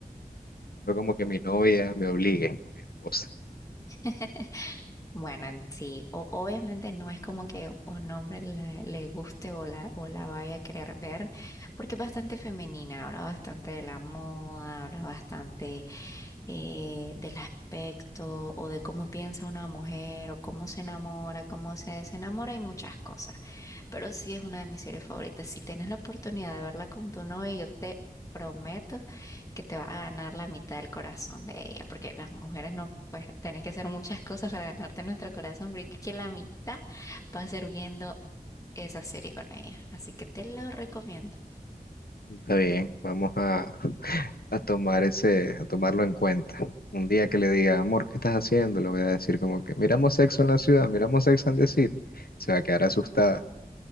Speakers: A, on the left; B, on the left.
A: Pero como que mi novia me obligue con mi esposa.
B: <laughs> Bueno, en sí, o- obviamente no es como que un hombre le, le guste o la, o la vaya a querer ver, porque es bastante femenina, habla bastante de la moda, habla bastante eh, del aspecto o de cómo piensa una mujer o cómo se enamora, cómo se desenamora y muchas cosas. Pero sí es una de mis series favoritas. Si tienes la oportunidad de verla con tu novia, yo te prometo que te va a ganar la mitad del corazón de ella, porque las mujeres no, pues tenés que hacer muchas cosas para ganarte nuestro corazón, pero yo creo que la mitad va a ser viendo esa serie con ella. Así que te lo recomiendo.
A: Está bien, vamos a, a tomar ese, a tomarlo en cuenta. Un día que le diga, amor, ¿qué estás haciendo? Le voy a decir como que, miramos Sexo en la ciudad, miramos Sex and the City. Se va a quedar asustada.